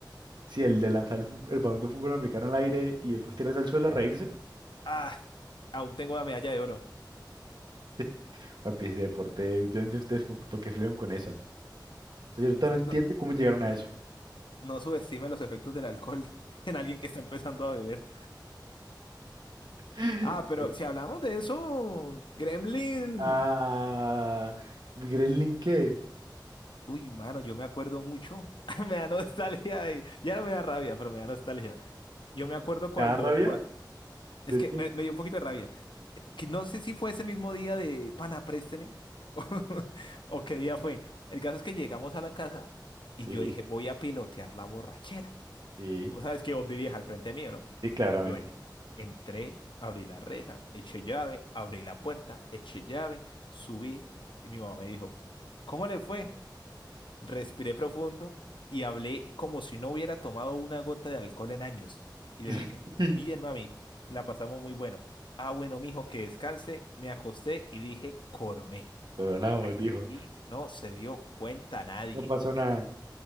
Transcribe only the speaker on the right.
Si el de lanzar el, fu- el balón de fútbol americano al aire y después tirarse al suelo a reírse.
<laughs> Papi, ese deporte, yo no entiendo ustedes con, por qué salieron con esas. O sea, yo no entiendo
cómo llegaron a eso.
<laughs>
Ah, ¿Gremlin qué?
¿Te da rabia?
¿De
qué?
Sí,
sí,
sí, claramente.
<laughs>
Coronamos,
dijo.
No pasó nada.